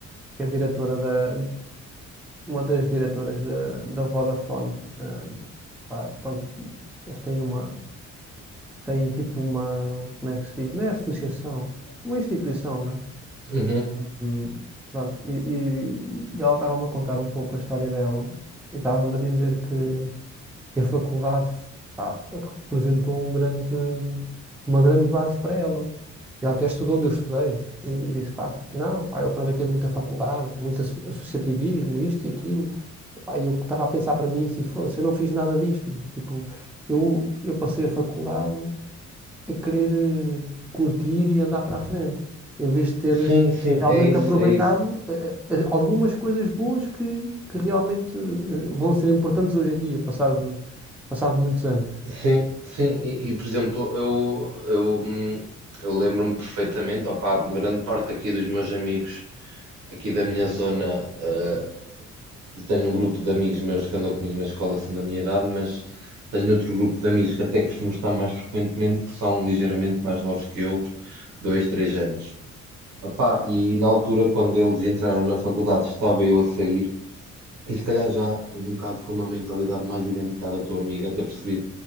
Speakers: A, in the centre; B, on the right.
A: que é diretora da, uma das diretoras da, da Vodafone. ehm, pá, pronto, eles têm uma, têm tipo uma, como é que se diz? Não é associação, uma instituição, né?
B: uhum.
A: Hum, Pronto, e, e- e ela estava-me a contar um pouco a história dela e estava-me a dizer que, que a faculdade pá, representou um grande, uma grande base para ela. E ela até estudou onde eu estudei e, e disse, pá, não, pá, eu aproveitei muito a faculdade, muito asso- associativismo, isto e aquilo. Pá, eu estava a pensar para mim, se fosse, eu não fiz nada disto. Tipo, eu, eu passei a faculdade a querer eh, curtir e andar para a frente, em vez de ter
B: Sim, sim,
A: realmente
B: é isso,
A: aproveitado
B: é isso.
A: eh, eh, algumas coisas boas que, que realmente eh, vão ser importantes hoje em dia, passado, passado muitos anos.
B: Sim, sim, e, e, por exemplo, eu, eu, hum, eu lembro-me perfeitamente, opá, grande parte aqui dos meus amigos, aqui da minha zona, eh, tenho um grupo de amigos meus que andam comigo na escola e são da minha idade, mas tenho outro grupo de amigos que até costumo estar mais frequentemente, que são ligeiramente mais novos que eu, dois, três anos. Epá, e na altura, quando eles entraram na faculdade, estava eu a sair, e se calhar já um bocado com uma mentalidade mais idêntica à da tua amiga, até percebido,